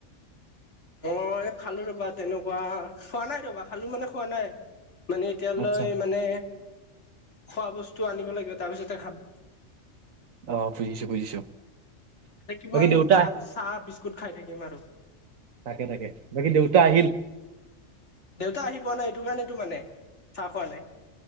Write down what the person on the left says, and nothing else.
মই খালো ৰ'বা, তেনেকুৱা খোৱা নাই, ৰ'বা খালো, মানে, খোৱা নাই। মানে, এতিয়ালৈ,
মানে, খোৱা বস্তু আনিব লাগিব। তাৰপিছতে, খাম।
<unintelligible> কিমান,
চাহ, চাহ-বিস্কুট খাই থাকিম, আৰু।
দেউতা আহি পোৱা নাই, এইটো কাৰণেতো, মানে, চাহ খোৱা নাই।